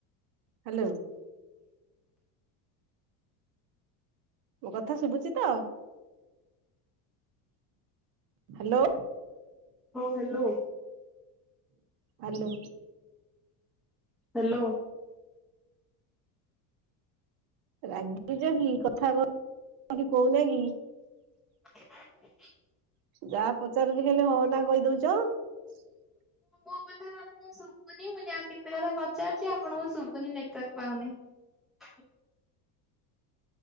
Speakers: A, on the right; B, in the centre.
A: ହ୍ୟାଲୋ। ମୋ କଥା ଶୁଭୁଛି ତ? ହ୍ୟାଲୋ?
B: ହଉ ହ୍ୟାଲୋ।
A: ହ୍ୟାଲୋ?
B: ହ୍ୟାଲୋ?
A: ରାଗିଚ କି କଥା କହୁନା କି?
B: <unintelligible>
A: ଯାହା ପଚାରୁଚି ଖାଲି ହଁ ନା କହିଦଉଛ! <inaudible>
B: କୋଉ କଥା ଭାବୁଚନ୍ତି ଶୁଭୁନି ମୁଁ ଯାଇ କେତେକଥା ପଚାରୁଚି ଆପଣଙ୍କୁ ଶୁଭୁନି ନେଟୱାର୍କ ପାଉନି। <inaudible>